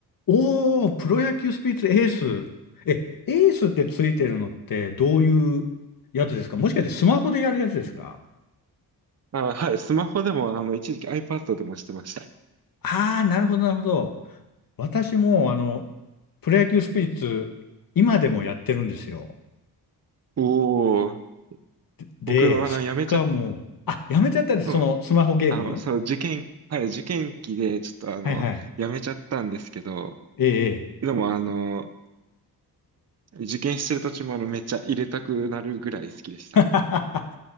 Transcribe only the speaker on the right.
あ、はい。スマホでも、あの、一時期 iPad でもしてました。
おー。
僕は、
あの、やめちゃっ
たんですあ、
そう、受験、はい、受験期で、ちょっと、あの、
やめちゃったんですけど、
でも、あの、受験してる途中も、あの、めっちゃ入れたくなるぐらい好きでした。